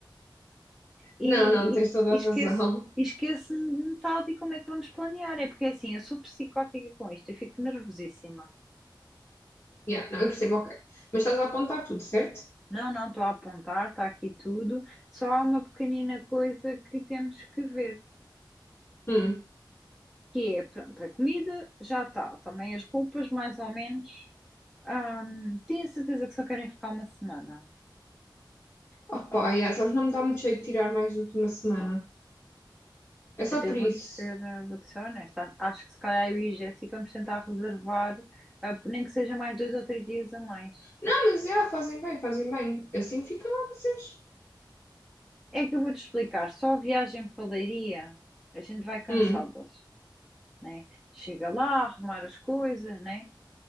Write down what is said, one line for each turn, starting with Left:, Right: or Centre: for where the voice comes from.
Centre: e,
Left: Não, não, tens
Centre: e,
Left: toda
Centre: e
Left: a
Centre: esquece,
Left: razão.
Centre: e esquece metade e como é que vamos planear. É porque assim, eu sou psicótica com isto, eu fico nervosíssima.
Left: Yeah, não, eu percebo, ok. Mas estás a apontar tudo, certo?
Centre: Não, não, estou a apontar, está aqui tudo. Só há uma pequenina coisa que temos que ver.
Left: Hum.
Centre: que é, pronto, a comida já está, também as roupas, mais ou menos. Ahm, tenho a certeza que só querem ficar uma semana.
Left: Opa, yeah, sabes, não me dá muito jeito de tirar mais do que uma semana.
Centre: Pá.
Left: É só
Centre: Até
Left: por
Centre: vou-te
Left: isso.
Centre: ser, eh, vou-te ser honesta. a- Acho que se calhar eu e a Jéssica vamos tentar reservar, eh, nem que seja mais dois ou três dias a mais.
Left: Não, mas já, fazem bem, fazem bem. Assim fica lá vocês.
Centre: É que eu vou-te explicar, só a viagem para Leiria, a gente vai cansadas,
Left: Hum,
Centre: né? Chega lá, arrumar as coisas, né?